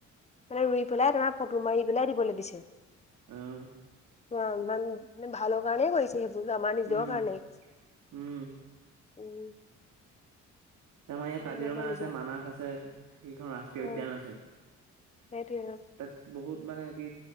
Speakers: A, on the left (about 20°); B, on the right (about 75°).
A: মানে ৰুই পেলাই তোমাৰ ফটো মাৰি পেলাই দিবলৈ দিছিল।
B: অ'।
A: চোৱা ইমান মানে ভালৰ কাৰণেই কৰিছে সেইবোৰ আমাৰ নিজৰ
B: উম
A: কাৰণেই।
B: উম
A: উম।
B: এ আমাৰ ইয়াত কাজিৰঙা
A: এইবোৰ আমাৰ নিজৰ
B: আছে মানাস আছে সেইখন ৰাষ্ট্ৰীয়
A: অ
B: উদ্যান আছে।
A: সেইটোৱে।
B: তাত বহুত মানে কি